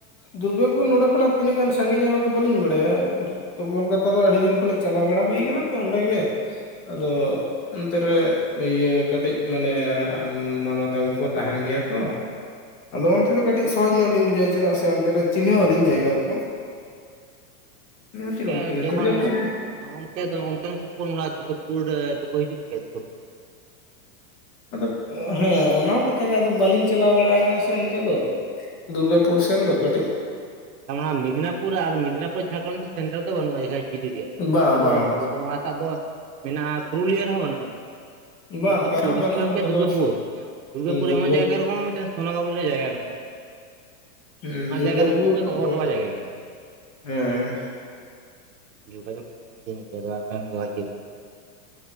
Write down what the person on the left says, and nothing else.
ᱫᱩᱨᱜᱟᱹᱯᱩᱨ ᱱᱚᱰᱮ ᱠᱷᱚᱱᱟᱜ ᱛᱤᱱᱟᱹᱜ ᱜᱟᱱ ᱥᱟᱺᱜᱤᱧᱟ ᱚᱱᱟ ᱫᱚ ᱵᱟᱹᱞᱤᱧ ᱵᱟᱰᱟᱭᱟ᱾ ᱛᱚ ᱠᱳᱞᱠᱟᱛᱟ ᱫᱚ ᱟᱹᱰᱤ ᱫᱤᱱ ᱠᱷᱚᱱᱟᱜ ᱪᱟᱞᱟᱣ ᱵᱟᱲᱟ ᱦᱩᱭ ᱠᱟᱱᱟ ᱛᱚ ᱚᱸᱰᱮ ᱜᱮ, ᱟᱫᱚ ᱚᱱᱛᱮ ᱨᱮ ᱤᱭᱟᱹ ᱠᱟᱹᱴᱤᱡ ᱢᱟᱱᱮ ᱢᱟᱢᱟ ᱛᱟᱠᱚ ᱠᱚ ᱛᱟᱦᱮᱱ ᱜᱮᱭᱟ ᱛᱚ᱾ ᱟᱫᱚ ᱚᱱᱛᱮ ᱫᱚ ᱠᱟᱹᱴᱤᱡ ᱥᱚᱦᱚᱡ ᱧᱚᱜ ᱞᱤᱧ ᱵᱩᱡᱷᱟᱹᱣᱟ ᱪᱮᱫᱟᱜ ᱥᱮ ᱚᱱᱛᱮ ᱨᱮ ᱪᱤᱱᱦᱟᱹ ᱟᱹᱞᱤᱧ ᱡᱟᱭᱜᱟ ᱠᱚ᱾ ᱤᱱᱟᱹ ᱠᱷᱟᱹᱛᱤᱨ
ᱚᱱᱛᱮ ᱜᱮ
ᱫᱩᱨᱜᱟᱹᱯᱩᱨ
ᱟᱫᱚ ᱦᱮᱸ ᱚᱱᱟ ᱦᱚᱸ ᱠᱟᱛᱷᱟ ᱜᱮ ᱟᱫᱚ ᱵᱟᱹᱞᱤᱧ ᱪᱟᱞᱟᱣ ᱵᱟᱲᱟ ᱟᱠᱟᱱᱟ ᱥᱮ ᱚᱱᱛᱮ ᱫᱚ᱾ ᱫᱩᱨᱜᱟᱯᱩᱨ ᱥᱮᱱ ᱫᱚ ᱠᱟᱹᱴᱤᱡ
ᱵᱟᱝ
ᱵᱟᱝ ᱵᱟᱝ
ᱵᱟᱝ
ᱚᱠᱟ
ᱨᱮᱦᱚᱸ ᱵᱟᱹᱱᱩᱜᱼᱟ
ᱚᱸᱰᱮ
ᱫᱚ
ᱫᱩᱨᱜᱟᱹ
ᱦᱩᱸ,
ᱫᱩᱨᱜᱟᱯᱩᱨ
ᱛᱟᱯᱚᱨᱮ
ᱦᱮᱸ᱾